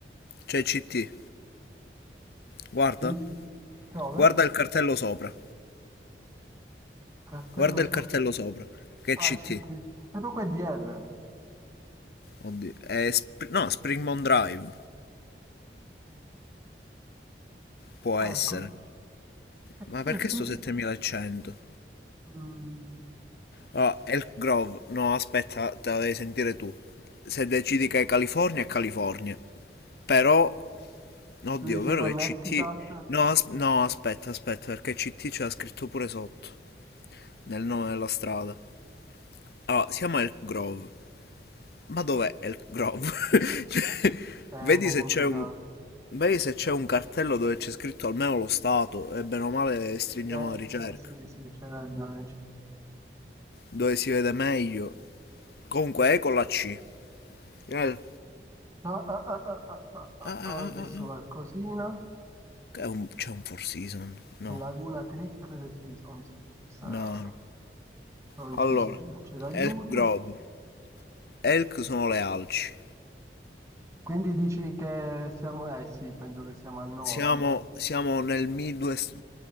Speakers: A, on the left (about 60°); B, on the right (about 15°).
A: c'è CT. Guarda,
B: 10, 9,
A: guarda il cartello sopra,
B: cartello
A: guarda il
B: so,
A: cartello sopra, che
B: ah,
A: CT.
B: CT, e poi qua è DR,
A: Oddio, è Spr- no, Springmont Drive, può
B: ah,
A: essere.
B: ecco, e qui
A: Ma perché
B: sì,
A: sto 7100?
B: ti- mm,
A: Ah, Elk Grove, no, aspetta, te la devi sentire tu. Se decidi che è California, è California. Però Oddio,
B: tu dici
A: vero
B: Connecticut,
A: che CT... No, as- no, aspetta, aspetta, perché CT c'era scritto pure sotto, nel nome della strada. Allora, siamo a Elk Grove. Ma dov'è Elk Grove? <laughs> Cioè,
B: è
A: vedi
B: un po'
A: se
B: complicato,
A: c'è un... Vedi se c'è un cartello dove c'è scritto almeno lo stato, e bene o male stringiamo
B: eh
A: la ricerca.
B: sì, sì, c'hai ragione, c'è-
A: Dove si vede meglio. Comunque è con la C. El-
B: ah, ah, ah, ah, ah, ah, ah, ah,
A: Ah, ah,
B: ah, ho
A: ah,
B: visto
A: ah. ah.
B: qualcosina,
A: È un- C'è un Four Season? No.
B: Laguna Creek, sì, son- sa-
A: No.
B: non
A: Allora,
B: ci si, non c'è d'aiuto,
A: Elk Grove. Elk sono le alci.
B: quindi dici che siamo, eh sì, penso che siamo al nord,
A: Siamo, siamo nel Midwest.